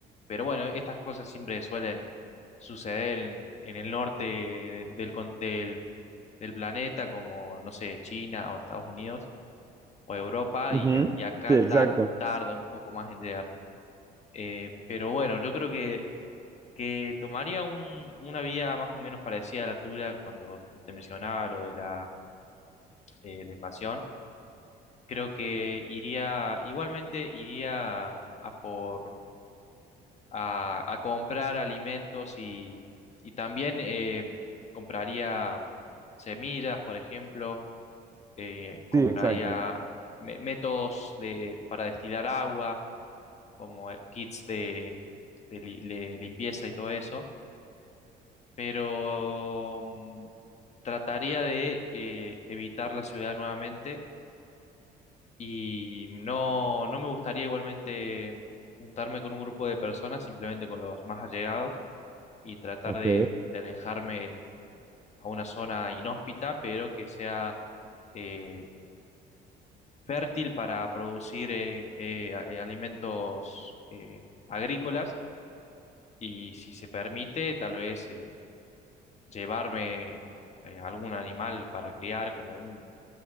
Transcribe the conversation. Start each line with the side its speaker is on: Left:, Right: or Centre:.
Left: pero bueno, estas cosas siempre suelen suceder en, en el norte del, con- del, del planeta, como, no sé, China o Estados Unidos o Europa,
Right: Ujú.
Left: y, a- y acá
Right: Sí, exacto.
Left: ta- tarda un poco más en llegar. Eh, pero bueno, yo creo que, que tomaría un- una vía más o menos parecida a la tuya cuando te mencionaba lo de la, eh, la invasión Creo que iría, igualmente iría a por, a, a comprar alimentos y, y también eh, compraría semillas, por ejemplo, eh, compraría
Right: Sí, exacto.
Left: me- métodos de, para destilar agua, como eh, kits de, de li- de limpieza y todo eso, pero mm, trataría de eh, evitar la ciudad nuevamente Y no, no me gustaría igualmente juntarme con un grupo de personas, simplemente con los más allegados y tratar
Right: Ok,
Left: de, de alejarme a una zona inhóspita, pero que sea eh, fértil para producir eh, eh, a- eh, alimentos eh, agrícolas y si se permite, tal vez eh, llevarme eh, algún animal para criar como un,